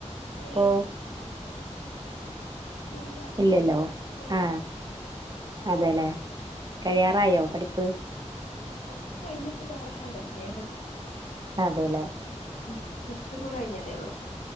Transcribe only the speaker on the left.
ഏയ് ഇല്ല
പഠിക്കാണ്
പഠിപ്പ് കഴിഞ്ഞപ്പോ വേറെ തൊടങ്ങിയത..
ഉം പ്ലാസ്‌റ്റു പ്പ കഴിഞ്ഞതേ ഉള്ളൂ.